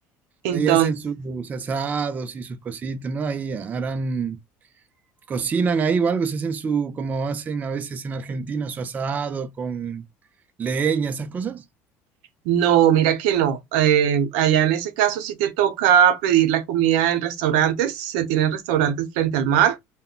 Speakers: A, on the right; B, on the right.
A: Entonces,
B: Ahí hacen sus asados y sus cositas, ¿no? Ahí harán, cocinan ahí o algo, se hacen su, como hacen a veces en Argentina, su asado con leña, esas cosas.
A: no, mira que no. Eh, allá en ese caso sí te toca pedir la comida en restaurantes, se tienen restaurantes frente al mar,